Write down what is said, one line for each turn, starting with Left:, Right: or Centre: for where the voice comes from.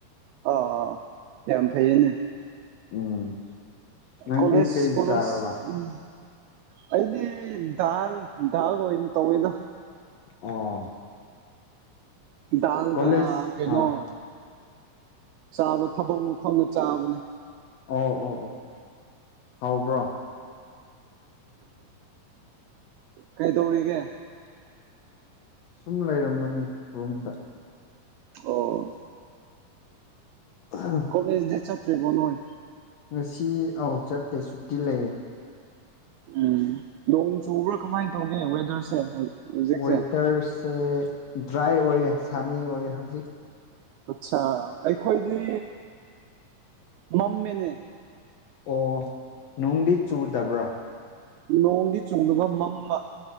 Right: ꯑꯥ ꯑꯥ ꯌꯥꯝ ꯐꯩꯌꯦꯅꯦ
Left: ꯎꯝ ꯅꯪꯗꯤ
Right: ꯀꯣꯂꯦꯖ
Left: ꯀꯩ
Right: ꯀꯂꯦꯖ
Left: ꯆꯥꯔꯕ
Right: ꯎꯝ ꯑꯩꯗꯤ ꯗꯥꯜ ꯗꯥꯜ ꯑꯣꯏꯅ ꯇꯧꯋꯤꯗ
Left: ꯑꯣ
Right: ꯗꯥꯜꯒ
Left: ꯀꯣꯂꯦꯖ
Right: ꯀꯩꯅꯣ
Left: ꯑꯥ
Right: ꯆꯥꯕ ꯊꯕꯛ ꯃꯐꯝꯗ ꯆꯥꯕꯅꯦ
Left: ꯑꯣ ꯑꯣ ꯑꯣ ꯍꯥꯎꯕ꯭ꯔꯣ
Right: ꯀꯩꯗꯧꯔꯤꯒꯦ
Left: ꯁꯨꯝ ꯂꯩꯔꯝꯕꯅꯤ ꯔꯨꯝꯗ
Right: ꯑꯣ
Left: ꯎ <inaudible>
Right: ꯀꯣꯂꯦꯖ ꯇꯤ ꯆꯠꯇ꯭ꯔꯤꯕꯣ ꯅꯣꯏ
Left: ꯉꯁꯤ ꯑꯥꯎ ꯆꯠꯇꯦ ꯁꯨꯇꯤ ꯂꯩꯌꯦ
Right: ꯎꯝ ꯅꯣꯡ ꯆꯨꯕ꯭ꯔꯥ ꯀꯃꯥꯏ ꯇꯧꯒꯦ ꯋꯦꯗꯔꯁꯦ ꯍꯧꯖꯤꯛꯁꯦ
Left: ꯋꯦꯗꯔꯁꯦ ꯗ꯭ꯔꯥꯏ ꯑꯣꯏꯌꯦ ꯁꯟꯅꯤ ꯑꯣꯏꯌꯦ ꯍꯧꯖꯤꯛ
Right: ꯑꯠꯆꯥ ꯑꯩꯈꯣꯏꯗꯤ ꯃꯝꯃꯦꯅꯦ
Left: ꯑꯣ ꯅꯨꯡꯗꯤ ꯆꯨꯗꯕ꯭ꯔꯥ
Right: ꯅꯣꯡꯗꯤ ꯆꯨꯝꯗꯨꯒ ꯃꯝꯕ